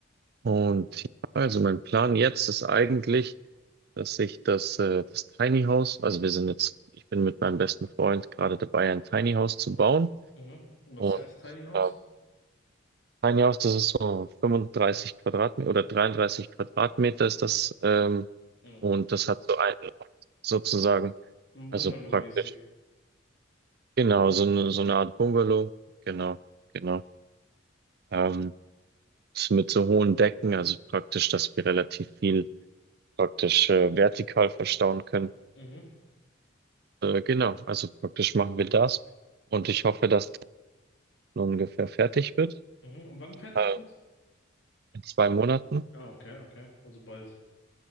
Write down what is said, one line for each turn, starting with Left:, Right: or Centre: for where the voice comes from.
Right: und ja, also mein Plan jetzt ist eigentlich, dass ich das, äh, das Tiny House, also wir sind jetzt, ich bin mit meinem besten Freund gerade dabei, ein Tiny House zu bauen
Left: mhm. Und Was
Right: und
Left: heißt Tiny House?
Right: ähm, Tiny House, das ist so 35 Quadratmeter oder 33 Quadratmeter ist das ähm,
Left: Okay.
Right: und das hat so einen Raum sozusagen,
Left: Bungalow-mäßig.
Right: also praktisch Genau, so eine, so eine Art Bungalow. Genau, genau. Ähm, ist mit so hohen Decken, also praktisch, dass wir relativ viel praktisch äh, vertikal verstauen können.
Left: Mhm,
Right: Äh, genau, also praktisch machen wir das. Und ich hoffe, dass das ungefähr fertig wird.
Left: mhm. Und wann fertig
Right: Äh,
Left: wird?
Right: in zwei Monaten.
Left: Ah, okay, okay. Also bald.